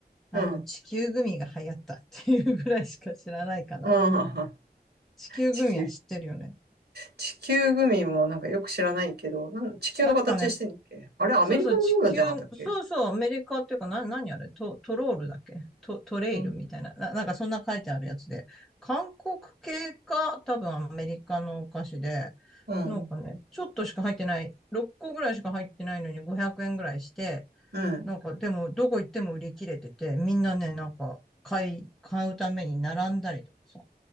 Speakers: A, in the centre; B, on the right.
A: あの、
B: うん。
A: 地球グミが流行ったっていうぐらいしか知らないかな。
B: うん。
A: 地球グミは知ってるよね。
B: <laughs> 地球。地球グミもなんかよく知らないけど、なん地球の形してんだっけあれ、
A: なんかね、
B: アメリカのものなんじゃなかったっけ
A: そうそう、地球、そうそう、アメリカっていうか、な、何あれ、ト、トロールだっけト、トレイルみたいな、
B: うん。
A: な、なんかそんな書いてあるやつで、韓国系か、多分アメリカのお菓子で、
B: うん。
A: なんかね、ちょっとしか入ってない、6個ぐらいしか入ってないのに500円ぐらいして、
B: うん。
A: なんか、でも、どこ行っても売り切れてて、みんなね、なんか、買い、買うために並んだりとかさ。